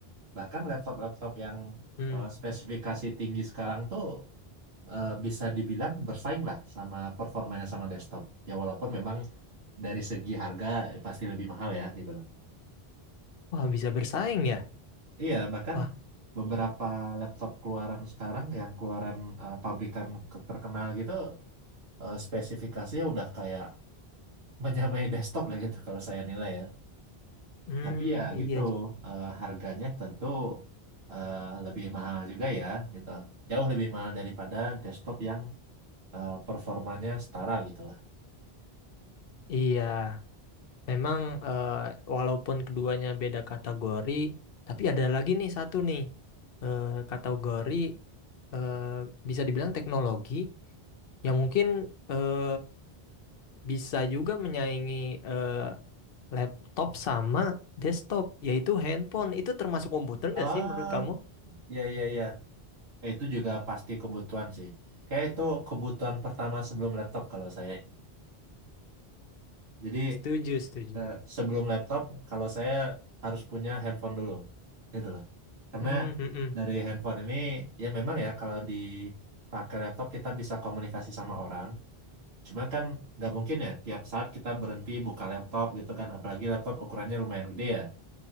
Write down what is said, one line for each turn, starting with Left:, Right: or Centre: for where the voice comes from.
Right: bahkan laptop-laptop yang
Left: mm.
Right: eh, spesifikasi tinggi sekarang tuh eh, bisa dibilang bersaing lah sama performanya sama desktop. Ya walaupun memang dari segi harga eh, pasti lebih mahal ya gitu lah.
Left: Wah, bisa bersaing ya?
Right: Iya, bahkan
Left: Wah,
Right: beberapa laptop keluaran sekarang yang keluaran eh, pabrikan ke- terkenal gitu eh, spesifikasinya udah kayak menyamai <laughs> desktop lah gitu kalau saya nilai ya.
Left: Hmm,
Right: Tapi ya
Left: iya,
Right: gitu,
Left: J-
Right: eh, harganya tentu eh, lebih mahal juga ya, gitu. Jauh lebih mahal daripada desktop yang eh, performanya setara gitu lah.
Left: iya. Memang eh, walaupun keduanya beda kategori, tapi ada lagi nih satu nih eh, kategori eh, bisa dibilang teknologi yang mungkin eh, bisa juga menyaingi eh, laptop sama desktop, yaitu handphone. Itu termasuk komputer nggak
Right: Ah,
Left: sih menurut kamu?
Right: ya ya ya. Itu juga pasti kebutuhan sih. Kayak itu kebutuhan pertama sebelum laptop kalau saya. Jadi
Left: Setuju, setuju.
Right: eh, sebelum laptop kalau saya harus punya handphone dulu, gitu loh. Karena
Left: Hmm, hmm, hmm.
Right: dari handphone ini ya memang ya kalau dipakai laptop kita bisa komunikasi sama orang. Cuma kan nggak mungkin ya tiap saat kita berhenti buka laptop gitu kan, apalagi laptop ukurannya lumayan gede ya.